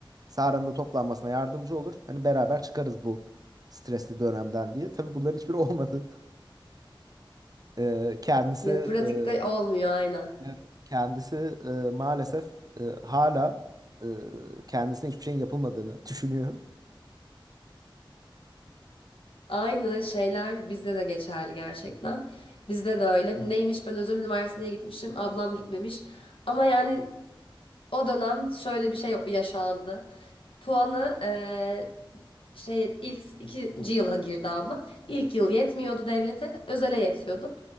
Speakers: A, on the right; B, on the left.
A: Sara'nın da toplanmasına yardımcı olur. Hani beraber çıkarız bu stresli dönemden diye. Tabii bunların hiçbiri <laughs> olmadı. Ee, kendisi
B: Ya pratikte
A: e,
B: olmuyor aynen.
A: evet, kendisi e, maalesef e, hala e, kendisine hiçbir şeyin yapılmadığını düşünüyor.
B: Aynı şeyler bizde de geçerli gerçekten. Bizde de öyle. Neymiş ben özel üniversiteye gitmişim, ablam gitmemiş. Ama yani o dönem şöyle bir şey yaşandı. Puanı e, şey ilk ikinci yıla girdi ablam. İlk yıl yetmiyordu devlete, özele yetiyordu.